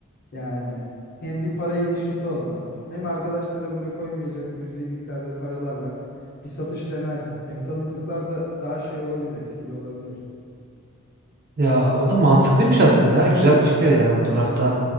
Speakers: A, on the left; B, on the right.
A: Yani hem bir para ilişkisi olmaz hem arkadaşlara böyle koymayacak cüzi miktarda paralarla bir satış denersin. Hem tanıdıklar da daha şey olabilir, etkili olabilir.
B: Ya o da mantıklıymış aslında ya. Güzel fikir yani o tarafta.